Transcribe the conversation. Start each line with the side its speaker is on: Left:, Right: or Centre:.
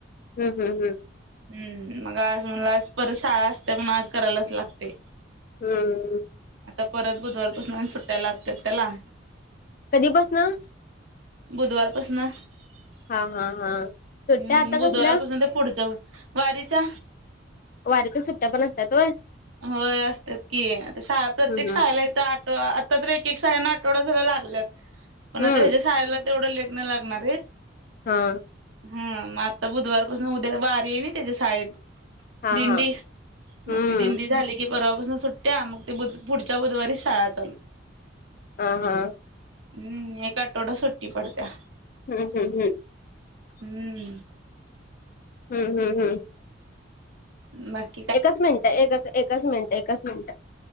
Left: हम् हम् हम.
Right: हम्म मग आज मलाच परत शाळा असते म्हणून आज करायलाच लागते.
Left: हम्म.
Right: आता परत बुधवारपासून आणि सुट्टाय लागत्यात त्याला.
Left: कधी पसनं.
Right: बुधवारपासन. हम्म
Left: हा हा हा सुट्ट्या आता
Right: बुधवारपासून
Left: कसल्या
Right: ते पुढच्या वारीच्या.
Left: वारीच्या सुट्ट्या पण अस्त्यात वय.
Right: होय असत्यात की शा प्रत्येक
Left: हम्म
Right: शाळेला इथं आठ आता तर एक एक शाळेंना आठवडा झाल लागल्यात, पण
Left: हम्म
Right: आता हिच्या
Left: हम्म
Right: शाळेला तेवढं लेटणं लागणार आहेत.
Left: हा.
Right: हम मग आता बुधवारपासून उद्या वारी आहे ना त्याच्या शाळेत,
Left: हा
Right: दिंडी.
Left: हा हम्म
Right: मग ती दिंडी झाली की परवापासून सुट्ट्या मग ते पुढच्या बुधवारी शाळा चालू.
Left: हा हा.
Right: हम्म एक आठवडा सुट्टी पडत्या.
Left: हम् हम् हम्.
Right: हम्म.
Left: हम्म हम् हम्म.
Right: मग.
Left: एकच मिनिटं एकच एकच मिनिटं एकच मिनिटं.